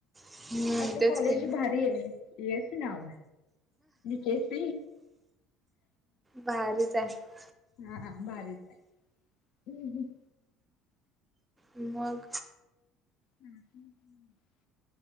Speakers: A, on the right; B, on the left.
A: हम्म
B: आपल
A: तेच
B: कॉलेज
A: की
B: भारीये नाव केस
A: भारीच आहे
B: हा हा भारीच हम्म हम्
A: मग
B: हम् हम् ह